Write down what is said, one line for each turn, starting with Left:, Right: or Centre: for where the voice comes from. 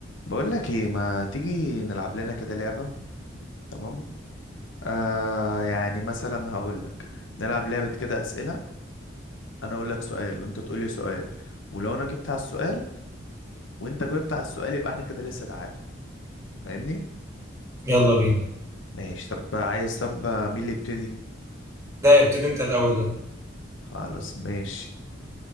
Left: بقول لك ايه ما تيجي نلعب لنا كده لعبة تمام آه يعني مثلا هقول لك نلعب لعبة كده أسئلة انا اقول لك سؤال وانت تقول لي سؤال ولو انا جبت على السؤال وانت جاوبت على السؤال يبقى احنا كده لسه تعادل فاهمني
Right: يلا بينا
Left: ماشي طب عايز طب مين اللي يبتدي
Right: لا ابتدي انت الأول يلا
Left: خلاص ماشي